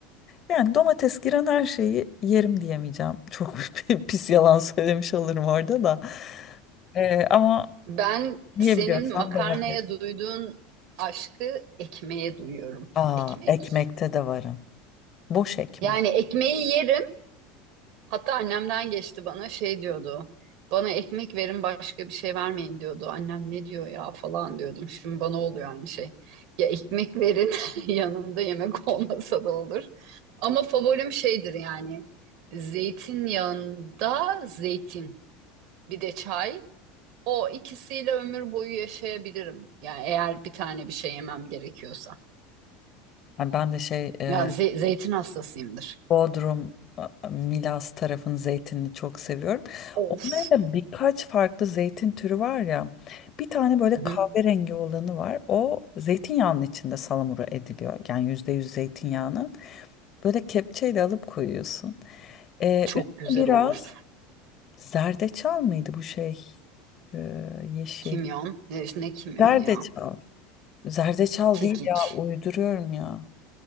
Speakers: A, on the left; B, on the right.
A: Yani domates giren her şeyi yerim diyemeyeceğim. Çok <laughs> pis yalan söylemiş olurum orada da. Ee, ama
B: Ben
A: yiyebiliyorsam
B: senin makarnaya
A: domates.
B: duyduğun aşkı ekmeğe duyuyorum.
A: Aa,
B: Ekmek.
A: ekmekte de varım. Boş ekmek.
B: Yani ekmeği yerim. Hatta annemden geçti bana şey diyordu. Bana ekmek verin başka bir şey vermeyin diyordu. Annem ne diyor ya falan diyordum. Şimdi bana oluyor aynı şey. Ya ekmek verin <laughs> yanında yemek olmasa da olur. Ama favorim şeydir yani. Zeytinyağında zeytin bir de çay. O ikisiyle ömür boyu yaşayabilirim. Yani eğer bir tane bir şey yemem gerekiyorsa.
A: Yani ben de şey e,
B: Ya ze- zeytin hastasıyımdır.
A: Bodrum, e, Milas tarafın zeytinini çok seviyorum.
B: Of.
A: Onların da birkaç farklı zeytin türü var ya. Bir tane böyle
B: Hı hı.
A: kahverengi olanı var. O zeytinyağının içinde salamura ediliyor. Yani %100 zeytinyağının. Böyle kepçeyle alıp koyuyorsun. Ee,
B: Çok
A: üstüne
B: güzel
A: biraz
B: olur.
A: zerdeçal mıydı bu şey? Ee, yeşil.
B: Kimyon. Ne, işte ne kimyonu
A: Zerdeçal.
B: ya?
A: Zerdeçal
B: Kekik.
A: değil ya uyduruyorum ya.